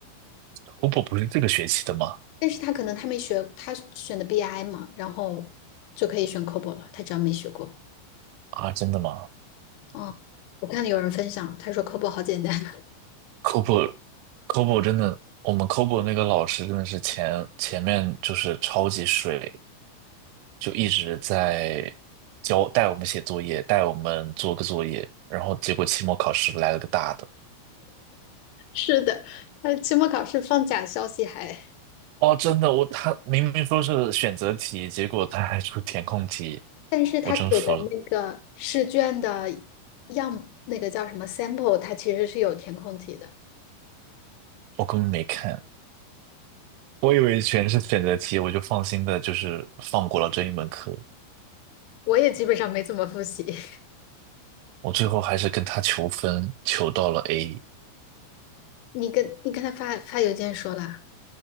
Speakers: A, on the right; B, on the left.
A: c o b o 不是这个学期的吗？
B: 但是他可能他没学，他选的 BI 嘛，然后就可以选 COBOL 了，他只要没学过。
A: 啊，真的吗
B: 哦，我看有人分享，他说科普好简单。<laughs>
A: c o b o c o b o 真的，我们 c o b o 那个老师真的是前前面就是超级水，就一直在教带我们写作业，带我们做个作业，然后结果期末考试来了个大的。
B: 是的，他期末考试放假消息还，
A: 哦，真的，我他明明说是选择题，结果他还出填空题，
B: 但是他给的那个试卷的
A: 我真服了，
B: 样，那个叫什么 sample，他其实是有填空题的。
A: 我根本没看。我以为全是选择题，我就放心的，就是放过了这一门课。
B: 我也基本上没怎么复习。<laughs>
A: 我最后还是跟他求分，求到了 A，
B: 你跟你跟他发发邮件说了